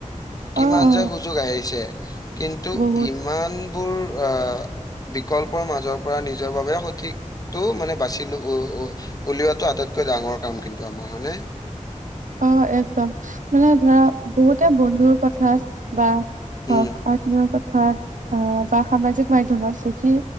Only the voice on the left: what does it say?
কিমান
যে সুযোগ আহিছে, কিন্তু
ইমানবোৰ আ বিকল্পৰ মাজৰ পৰা নিজৰ বাবে সঠিক টো মানে বাচি উ উলিওৱাটো আটাইতকৈ ডাঙৰ কাম কিন্তু আমাৰ হয়নে।
উম,